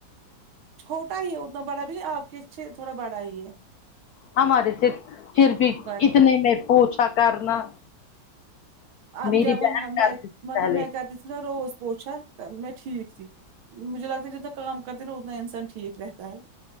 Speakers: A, on the right (about 80°); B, on the left (about 70°).
A: چھوٹا ہی ہے اتنا بڑا بھی نہیں آپ کے چھے تھوڑا بڑا ہی ہے
B: ہمارے سے پھر بھی
A: بٹ
B: اتنے میں پوچھا کرنا
A: آپ
B: میری
A: جب
B: بہن
A: ہم
B: کرتی
A: میں
B: تھی
A: مطلب
B: پہلے
A: میں گدس نا روز پوچھا میں ٹھیک تھی مجھے لگتا ہے جتنا کام کرتے نا اتنا انسان ٹھیک رہتا ہے